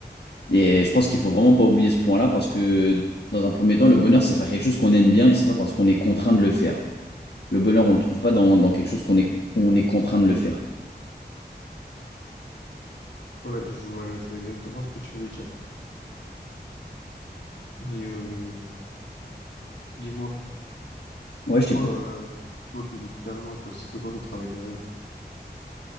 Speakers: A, on the left; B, on the left.
A: Et je pense qu'il faut vraiment pas oublier ce point-là parce que dans un premier temps, le bonheur, c'est faire quelque chose qu'on aime bien et c'est pas parce qu'on est contraint de le faire. Le bonheur, on le trouve pas dans, dans quelque chose qu'on est, on est contraint de le faire.
B: Ouais, je vois, je vois exactement ce que tu veux dire. Mais euh, dis-moi,
A: Ouais, je
B: toi,
A: t'écoute.
B: euh, toi, fi- finalement, toi, ce serait quoi ton travail de rêve?